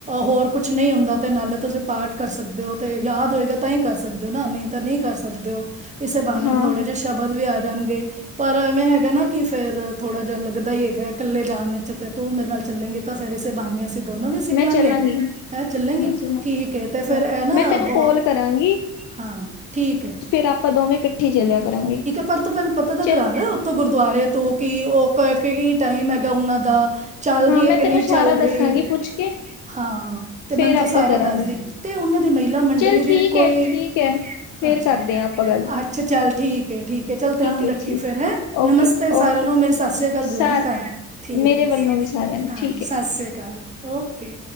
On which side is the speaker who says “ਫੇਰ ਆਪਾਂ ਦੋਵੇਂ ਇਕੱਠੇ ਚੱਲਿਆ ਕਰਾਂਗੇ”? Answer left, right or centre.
Left